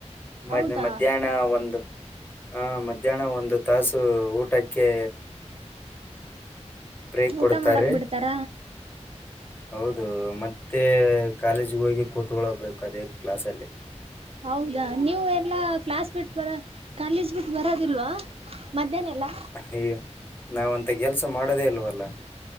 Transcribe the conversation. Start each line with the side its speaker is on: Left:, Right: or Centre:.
Left: ಮ
Right: ಹೌದಾ
Left: ಮಧ್ಯಾಹ್ನ ಒಂದು ಹ ಮಧ್ಯಾಹ್ನ ಒಂದು ತಾಸು ಊಟಕ್ಕೆ ಬ್ರೇಕ್
Right: ಊಟ
Left: ಕೊಡ್ತಾರೆ
Right: ಮಾಡಕ್ ಬಿಡ್ತಾರ
Left: ಹೌದು ಮತ್ತೆ ಕಾಲೇಜ್ಿಗೆ ಹೋಗಿ ಕೂತ್ಕೊಳ್ಳಬೇಕು ಅದೇ ಕ್ಲಾಸಲ್ಲಿ
Right: ಹೌದಾ ನೀವು ಎಲ್ಲ ಕ್ಲಾಸ್ ಮೀಟ್ಸ್ ಬರ ಕಾಲೇಜ್ ಬಿಟ್ಟು ಬರೋದಿಲ್ವಾ ಮಧ್ಯಾಹ್ನ ಎಲ್ಲಾ
Left: ಅಯ್ಯ ನಾವಂತ ಕೆಲ್ಸ ಮಾಡೋದೇ ಅಲ್ವಲ್ಲ